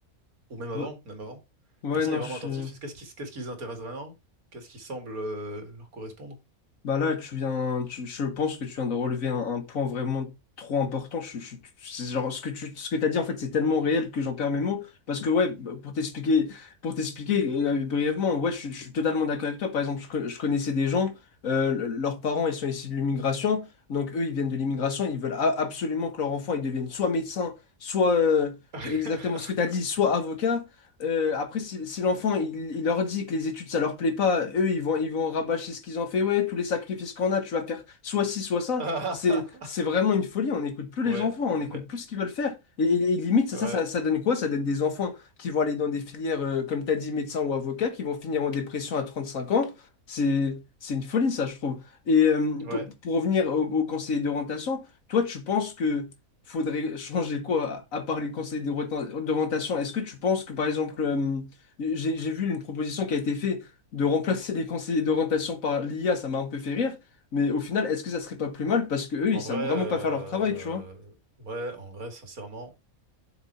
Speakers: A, on the right; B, on the left.
A: ou même avant,
B: bah,
A: même avant.
B: ouais,
A: Personne
B: non,
A: n'est vraiment
B: je...
A: attentif. Qu'est-ce qui, qu'est-ce qui les intéresse vraiment? Qu'est-ce qui semble, euh, leur correspondre?
B: bah là, tu viens, tu- je pense que tu viens de relever un, un point vraiment trop important. Je, je- c'est genre, ce que tu, ce que t'as dit, en fait, c'est tellement réel que j'en perds mes mots. Parce que, ouais, bah, pour t'expliquer, pour t'expliquer euh, brièvement, ouais, je, je suis totalement d'accord avec toi. Par exemple, je, co- je connaissais des gens, euh, le- leurs parents, ils sont issus de l'immigration. Donc, eux, ils viennent de l'immigration. Ils veulent a- absolument que leur enfant, ils deviennent soit médecin, soit, euh,
A: <laughs>
B: exactement ce que tu as dit, soit avocat. Euh, après, si, si l'enfant il, il leur dit que les études ça leur plaît pas, eux ils vont ils vont rabâcher ce qu'ils ont fait. Ouais, tous les sacrifices qu'on a, tu vas faire soit ci, soit ça.
A: Ah,
B: C'est c'est vraiment une folie. On n'écoute plus
A: Ouais,
B: les enfants, on
A: ouais,
B: n'écoute plus ce qu'ils veulent faire. Et, et- et limite, ça,
A: ouais,
B: ça, ça, ça donne quoi? Ça donne des enfants qui vont aller dans des filières, euh, comme tu as dit, médecin ou avocat, qui vont finir en dépression à 35 ans. C'est c'est une folie, ça, je trouve. Et euh,
A: ouais.
B: pour, pour revenir au, au conseiller d'orientation, toi, tu penses que faudrait changer quoi, à part les conseils d'orienta- d'orientation? Est-ce que tu penses que, par exemple, euh, j'ai j'ai vu une proposition qui a été faite de remplacer les conseillers d'orientation par l'IA, ça m'a un peu fait rire, mais au final, est-ce que ça serait pas plus mal parce que eux,
A: En
B: ils
A: vrai,
B: savent vraiment
A: euh,
B: pas faire leur travail, tu vois?
A: ouais, en vrai, sincèrement,